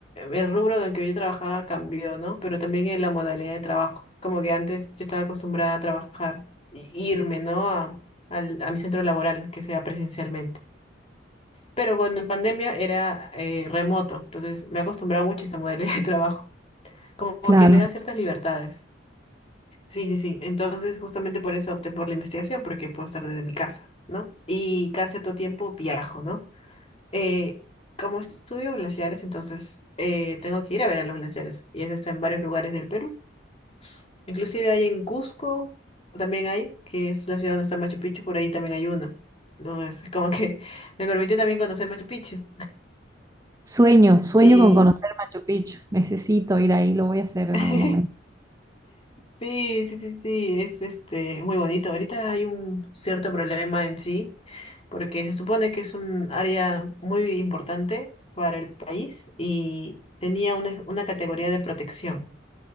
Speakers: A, on the left (about 30°); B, on the right (about 15°).
A: el rubro en el que yo trabajaba cambió, ¿no? Pero también en la modalidad de trabajo. Como que antes yo estaba acostumbrada a trabajar, y irme, ¿no? A, al- a mi centro laboral, que sea presencialmente. Pero cuando en pandemia era eh, remoto, entonces me he acostumbrado mucho a esa modalidad de <laughs> trabajo. Como
B: Claro.
A: que me da ciertas libertades. Sí, sí, sí. Entonces, justamente por eso opté por la investigación, porque puedo estar desde mi casa, ¿no? Y cada cierto tiempo viajo, ¿no? Eh, como estudio glaciares, entonces eh, tengo que ir a ver a los glaciares. Y eso está en varios lugares del Perú. Inclusive hay en Cusco, también hay, que es la ciudad donde está Machu Picchu, por ahí también hay uno. Entonces, <laughs> es como que <laughs> me permitió también conocer Machu Picchu.
B: Sueño, sueño
A: Y
B: con conocer Machu Picchu. Necesito ir ahí, lo voy a hacer en
A: <laughs>
B: algún momento.
A: Sí, sí, sí, sí, es este muy bonito. Ahorita hay un cierto problema en sí, porque se supone que es un área muy importante para el país y tenía una, una categoría de protección.